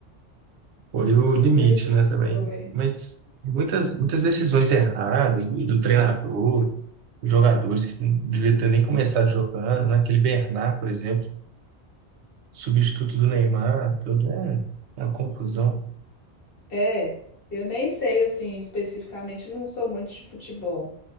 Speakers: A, on the right; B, on the left.
A: foi o limite,
B: Foi o que
A: né, também.
B: foi.
A: Mas muitas, muitas decisões erradas do, do treinador, jogadores que não devia ter nem começado jogando, né? Aquele Bernard, por exemplo, substituto do Neymar, tudo é uma confusão.
B: É, eu nem sei assim especificamente, não sou muito de futebol.